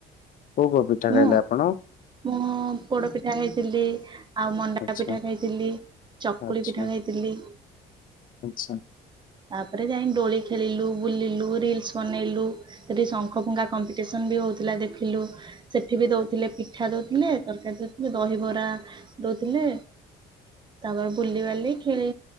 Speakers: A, on the left; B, on the right.
A: କୋଉ କୋଉ ପିଠା ଖାଇଲେ
B: ମୁଁ,
A: ଆପଣ ହଁ
B: ମୁଁ ପୋଡ଼ ପିଠା ଖାଇଥିଲି। ଆଉ ମଣ୍ଡା
A: ଆଚ୍ଛା
B: ପିଠା ଖାଇଥିଲି, ଚକୁଳି
A: ଆଚ୍ଛା
B: ପିଠା ଖାଇଥିଲି।
A: ଆଚ୍ଛା
B: ତାପରେ ଯାଇ ଦୋଳି ଖେଳିଲୁ ବୁଲିଲୁ ରିଲସ ବନେଇଲୁ। ସେଠି ଶଙ୍ଖ ଫୁଙ୍କା କମ୍ପିଟିସନ ବି ହଉଥିଲା ଦେଖିଲୁ। ସେଠି ବି ଦଉଥିଲେ ପିଠା ଦଉଥିଲେ ତରକାରୀ ଦଉଥିଲେ ଦହିବରା ଦଉଥିଲେ। ତାପରେ ବୁଲିବାଲି ଖେଳି